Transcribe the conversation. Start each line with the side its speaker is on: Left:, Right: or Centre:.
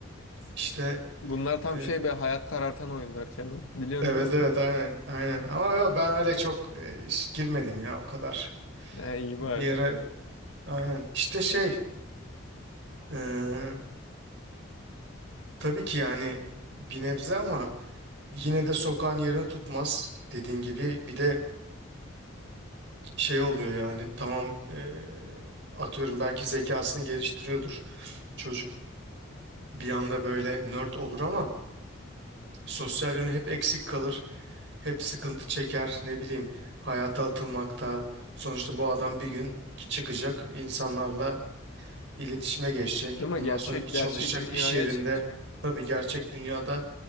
Right: İşte
Left: Bunlar tam
Right: e,
Left: şey bir hayat karartan oyunlar Kenan. Biliyorsun
Right: evet
Left: değil mi?
Right: evet aynen aynen ama ya ben öyle çok e, iş- girmedim ya o kadar.
Left: <laughs> Ha, iyi
Right: Bir
Left: bari.
Right: yere aynen işte şey e, Tabii ki yani bir nebze ama yine de sokağın yerini tutmaz. Dediğin gibi bir de şey oluyor yani tamam eee, atıyorum belki zekasını geliştiriyordur çocuk bir anda böyle nerd olur ama sosyal yönü hep eksik kalır. Hep sıkıntı çeker ne bileyim hayata atılmakta. Sonuçta bu adam bir gün çıkacak insanlarla iletişime geçecek.
Left: Değil
Right: Ondan
Left: mi? Gerçek
Right: sonra çalışacak
Left: gerçek dünyaya
Right: iş yerinde
Left: çıkacak.
Right: tabii gerçek dünyada